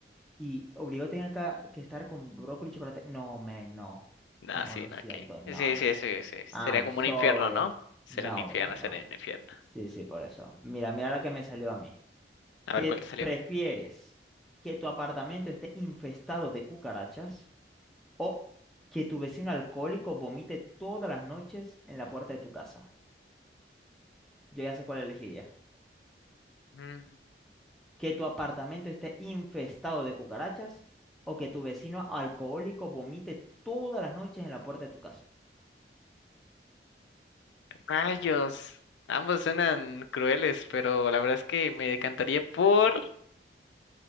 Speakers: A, in the centre; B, on the left.
A: y obligado a tener ca- que, estar con brócoli y chocolate. No, men, no.
B: No,
A: No,
B: sí,
A: lo
B: no,
A: siento,
B: ok.
A: no.
B: Sí, sí, sí, sí. Sería
A: I'm
B: como
A: sorry.
B: un infierno, ¿no? Sería
A: No,
B: un infierno,
A: no, no.
B: sería un infierno.
A: Sí, sí, por eso. Mira, mira la que me salió a mí.
B: A ver,
A: ¿Qué
B: ¿cuál te salió?
A: prefieres? ¿Que tu apartamento esté infestado de cucarachas o que tu vecino alcohólico vomite todas las noches en la puerta de tu casa? Yo ya sé cuál elegiría.
B: Mm,
A: ¿Que tu apartamento esté infestado de cucarachas o que tu vecino alcohólico vomite todas las noches en la puerta de tu casa?
B: rayos. Ambos suenan crueles, pero la verdad es que me decantaría por...